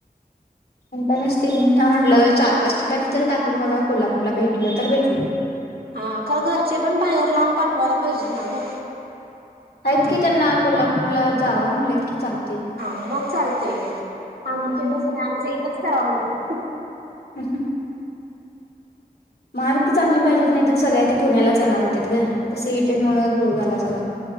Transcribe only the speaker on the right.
हा खर घरचे पण बाहेर लांब पाठवायला पाहिजेत ना ग.
हा म चालत तय
आमच्या इथा आस नाही आमच्या च करा म्हणत्यात